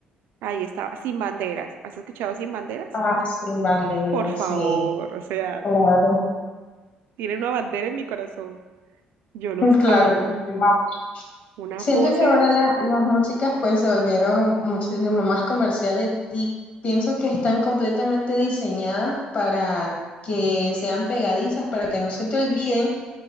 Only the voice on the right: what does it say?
ahí estaba, sin banderas. ¿Has escuchado sin banderas?
Por
favor, o sea,
tienen una bandera en mi corazón. Yo los
amo.
Unas
voces,